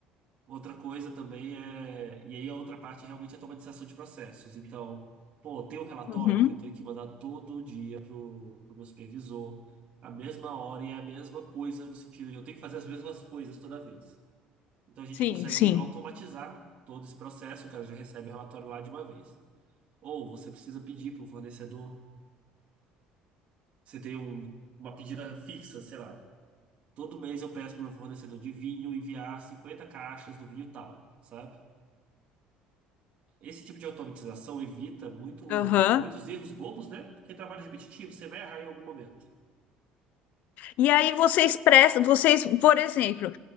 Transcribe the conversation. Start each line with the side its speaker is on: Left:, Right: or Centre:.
Right: Outra coisa também é. E aí a outra parte realmente é realmente a automatização de processos. Então, pô, tem um relatório
Left: Uhum.
Right: que eu tenho que mandar todo dia pro, pro meu supervisor, a mesma hora e é a mesma coisa, no sentido de eu tenho que fazer as mesmas coisas toda vez. Então a gente
Left: Sim,
Right: consegue
Left: sim.
Right: automatizar todo esse processo, o cara já recebe o relatório lá de uma vez. Ou você precisa pedir para o fornecedor, você tem um- uma pedida fixa, sei lá. Todo mês eu peço para o meu fornecedor de vinho enviar 50 caixas do vinho tal, sabe? Esse tipo de automatização evita muito,
Left: Aham.
Right: muitos erros bobos, né? Porque trabalho repetitivo, você vai errar em algum momento.
Left: E aí vocês prestam, vocês, por exemplo,